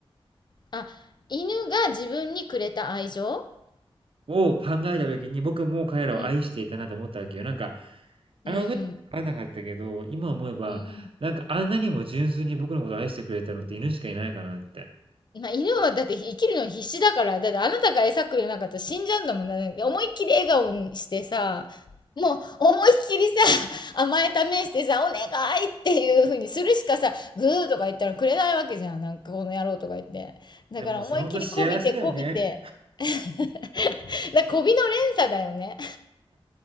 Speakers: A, on the left; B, on the right.
A: あ、犬が自分にくれた愛情
B: を考えた時に、僕も彼らを愛していたなと思ったわけよ。
A: うん。
B: なんか、あの時は分かんなかったけど、
A: うん。
B: 今思えば、
A: うん。
B: なんかあんなにも純粋に僕のことを愛してくれたのって犬しかいないかなって。
A: まあ、犬はだって生きるの必死だから、だってあなたが餌くれなかったら死んじゃうんだもんな。ね思いっきり笑顔にしてさ、もう思いっきりさ、<laughs> 甘え試してさ、お願いっていう風にするしかさ、グーとか言ったらくれないわけじゃん。なんかこの野郎とか言って。だから思いっきりこびてこびて。
B: でもさ、ほんと幸せだよね。
A: <laughs> だ、こびの連鎖だよね。